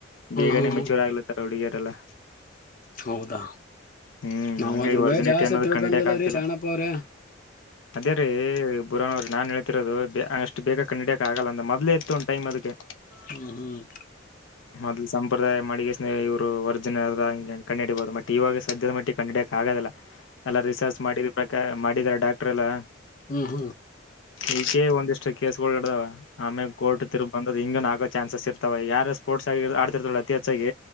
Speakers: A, on the left; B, on the left.
A: ಬೇಗನೆ
B: ಹ್ಮ್ ಹ್ಮ್
A: ಮೆಚ್ಯೂರ್ ಆಗ್ಲತ್ತ ಹುಡುಗಿಯರೆಲ್ಲಾ
B: ಹೌದಾ
A: ಹ್ಮ್
B: ನಾವ್
A: ಹಂಗಾಗಿ
B: ಅದ್ರ
A: ಒರ್ಜಿನಿಟಿ
B: ಭಯ ಜಾಸ್ತಿ
A: ಅನ್ನೋದು
B: ತಿಳ್ಕೊಂಡಿಲ್ಲ
A: ಕಂಡಿಡಿಯಕ್ ಆಗ್ತಿಲ್ಲ
B: ರೀ ಶರಣಪ್ಪ ಅವ್ರೆ
A: ಅದೇ ರೀ ಬುರನ್ ಅವ್ರ ನಾನ್ ಹೇಳ್ತಿರದು ಅಷ್ಟ ಬೇಗ ಕಡಿಡಕ ಆಗಲ್ಲ ಅ ಮೋದಲು ಇತ್ತು ಒನ್ ಟೈಮ್ ಅದಕ್ಕೆ
B: ಹ್ಮ್ ಹ್ಮ್
A: ಮೊದಲು ಸಂಪ್ರದಾಯ ಮಾಡಿ ಕೆಸಿಂದ ಸ್ನ ಇವರ ವರ್ಜಿನ್ ಕಂಡು ಹಿಡಿಬಹುದು ಬಟ್ ಇವಾಗ ಸದ್ಯದ ಮಟ್ಟಿಗೆ ಕಂಡಹಿಂಡಿಯಾಕ್ ಆಗದಲ್ಲಾ ಎಲ್ಲ ರಿಸರ್ಚ್ ಮಾಡಿ ಪ್ರಕಾರ ಮಾಡಿದಾರ ಡಾಕ್ಟರ್ ಎಲ್ಲಾ
B: ಹ್ಮ್ ಹ್ಮ್ ಹ್ಮ್
A: ಈಗೇ ಒಂದಿಷ್ಟ ಕೇಸ್ಗಳುಗಡದಾವ ಆಮೇಲೆ ಕೋರ್ಟ್ ತಿರ್ಪ ಬಂದ್ರ ಹಿಂಗ ನಾ ಚಾನ್ಸಸ್ ಇರ್ತವ ಯಾರು ಸ್ಪೋರ್ಟ್ ಆಗಿ ಆಡ್ತಿರ್ತಲ್ಲ ಅತಿ ಹೆಚ್ಚಾಗಿ